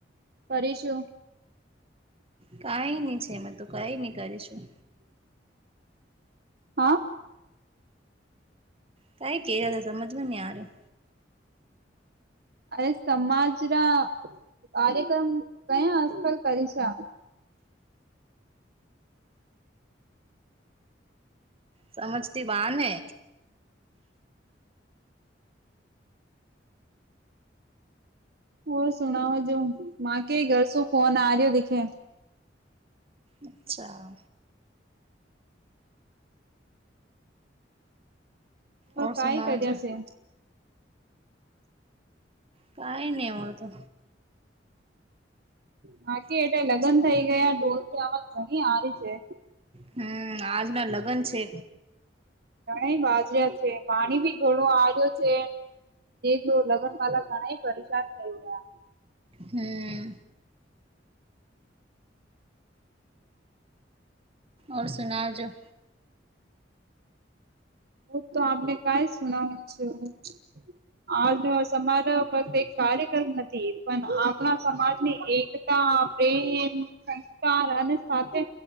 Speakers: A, on the right; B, on the right.
A: કરીશું.
B: કઈ નહી છે, એમાં તોું કઈ નહી કરીશું
A: હા
B: ત એ કે જ તો સમજમાં નહી આર્યો
A: અરે સમાજ ના કાર્યક્રમ કયા અથલ કરી છે
B: સમજતી વાળ ને
A: હો સુણાવો જો માકે ઘર શું ફોન આ રહ્યો દેખે
B: અચ્છા. ઓર
A: કાઈ
B: સુનાજ
A: કર્યા છે
B: કઈ નહી મળર તો
A: બાકી
B: હમ
A: એટલે લગ્ન થઇ, ગયા ડોરથી આવજ ઘણી હારી છે.
B: હમ આજના લગ્ન છે.
A: ઘણા બાજર્યા છે, પાણી બી ઘણો આવ્યો છે. જો લગન માલા ઘણા પરેશાન થઈ, ગયા.
B: હમ ઓ સુના જોો.
A: હું, તો આપને કઈ સુનાવનું છ હું આજ સમાજ ફક્ત એક કાર્યક્રમ નથી, પણ આપણા સમાજની એકતા પ્રેમ સંસ્કાર અને સાથે